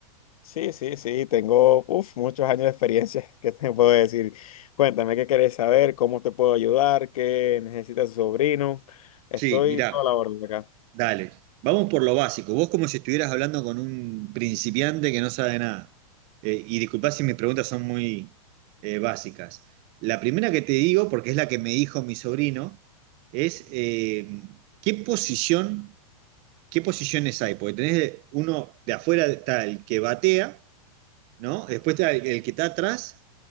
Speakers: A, on the left (about 70°); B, on the right (about 30°).
A: sí, sí, sí, tengo uf, muchos años de experiencia, <laughs> ¿qué te puedo decir? Cuéntame qué querés saber, cómo te puedo ayudar, qué necesita tu sobrino. Estoy
B: Sí, mirá.
A: toda la orden acá.
B: Dale, vamos por lo básico. Vos como si estuvieras hablando con un principiante que no sabe nada. Eh, y disculpá si mis preguntas son muy eh, básicas. La primera que te digo, porque es la que me dijo mi sobrino, es eh, ¿qué posición, qué posiciones hay? Porque tenés de- uno de afuera está el que batea, ¿no? Después está el, el que está atrás